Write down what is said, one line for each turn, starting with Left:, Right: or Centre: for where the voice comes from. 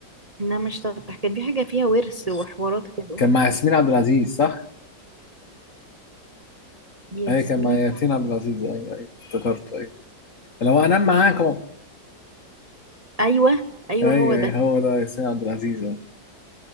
Right: لا مش تتح كان في حاجة فيها ورث وحوارات كده
Left: كان مع ياسمين عبد العزيز صح؟
Right: ياسمين
Left: اي كان مع ياسمين عبد العزيز اي اي افتكرته اي لو انام معاكم
Right: ايوه ايوه
Left: اي
Right: هو ده
Left: اي هو ده ياسمين عبد العزيز أي.